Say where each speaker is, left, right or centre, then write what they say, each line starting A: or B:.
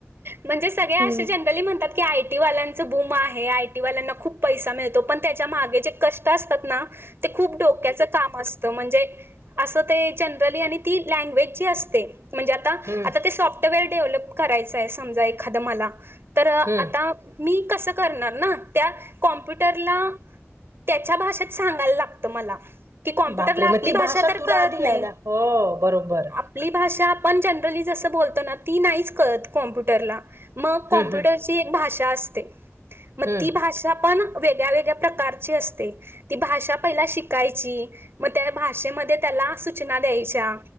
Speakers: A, on the right (about 55°); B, on the right (about 75°).
A: म्हणजे सगळे असे
B: हम्म
A: जनरली म्हणतात की आयटी वाल्यांच बूमा आहे आय टीवाल्यांना खूप पैसा मिळतो पण त्याच्या मागे जे कष्ट अस ते खूप डोक्याच काम असत म्हणजे असं ते जनरली आणि ती लँग्वेज जी असते म्हणजे आता
B: हम्म
A: आता ते स व डेव्हलप करायच आहे समजा एखाद मला तर आता
B: हम्म
A: मी णार त्या कॉमप्युरला त्याच्या भाषेत सांगायला लागतं मला की कॉम्प्युटरला
B: बापरे
A: आपली
B: मग ती
A: भाषा तर
B: तुला
A: कळत
B: आधी
A: नाही
B: यायला हो बरोबर
A: आपली भाषा ण जनरली जस बोलतो ना ती नाहीच करत कॉम्प्युटरला मग कॉम्प्युटरची
B: हम्म हम्म
A: एक भाषा असते मग
B: हम्म
A: ती भाषा पण वेगळ्या वेगळ्या प्रकारची असते ती भाषा पहिला शिकायची मग त्या भाषेमध्ये त्या सूचना द्याच्या